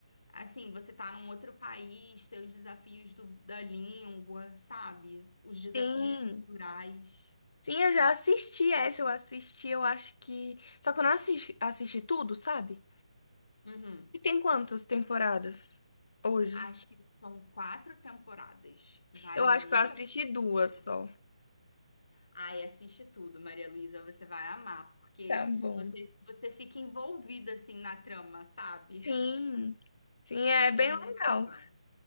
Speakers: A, on the left; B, on the left.
A: assim, você tá num outro país, tem os desafios do- da língua, sabe? Os desafios
B: Sim.
A: culturais.
B: Sim, eu já assisti essa, eu assisti, eu acho que. Só que eu não assisti, assisti tudo, sabe?
A: Uhum.
B: E tem quantas temporadas hoje?
A: Acho que são quatro temporadas. Vale
B: Eu acho
A: muito
B: que eu assisti
A: a pena assistir
B: duas
A: todas.
B: só.
A: Ai, assiste tudo, Maria Luísa, você vai amar, porque
B: Tá bom.
A: você, você fica envolvida assim na trama, sabe?
B: Sim. Sim, é bem
A: É muito
B: legal.
A: legal.